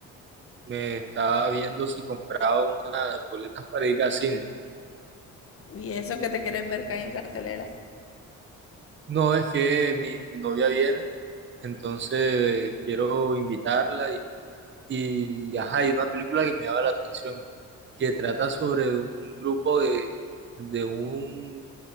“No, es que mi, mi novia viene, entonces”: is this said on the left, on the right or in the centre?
Right